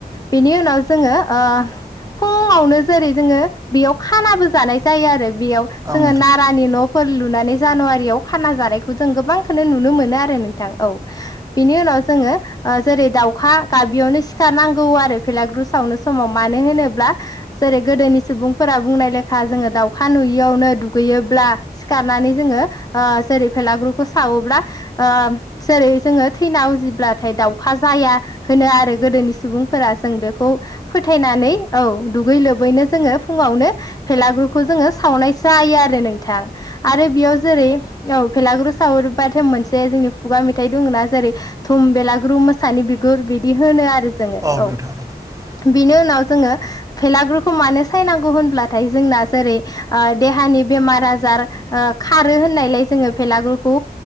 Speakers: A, on the left; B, on the right.
A: बेनि उनाव जोङो फुङावनो जेरै जोङो बेयाव खानाबो जानाय जायो आरो बेयाव जोङो
B: औ नोंथां औ नोंथां औ नोंथां औ नोंथां औ नोंथां औ नोंथां औ नोंथां औ नोंथां औ नोंथां औ नोंथां औ नोंथां औ नोंथां
A: नारानि नफोर लुनानै जानुवारियाव खाना जानायखौ जों गोबांखौनो नुनो मोनो आरो नोंथां औ बिनि उनाव जोङो जेरै दावखा अखा गाबियावनो सिखारनांगौ आरो फेलाग्रु सावनो समाव मानो होनोब्ला जेरै गोदोनि सुबुंफोरा बुंनाय लेखा जोङो दाउखा नुयियावनो दुगैयोब्ला सिखारनानै जोङो जेरै फेलाग्रुखौ सावोब्ला जेरै जोङो थैनायाव जब्लाथाय दाउखा जाया होनो आरो गोदोनि सुबुंफोरा जों बेखौ फोथायनानै औ दुगै लोबैनो जोङो फुङावनो भेलाग्रुखौ जोङो सावनाय जायो आरो नोंथां आरो बेयाव जेरै औ फेलाग्रु सावरबाथाय मोनसे जोंनि खुगा मेथाइ दङ' ना जेरै थुम बेला ग्रु मोसानि बिगुर बिदि होनो आरो।
B: <unintelligible>
A: जोङो औ बिनि उनाव जोङो भेलाग्रुखौ मानो सायनांगौ होनब्लाथाय जोंना ओ जेरै देहानि बेमार आजार ओ खारो होननायलाय जोङो फेलाग्रुखौ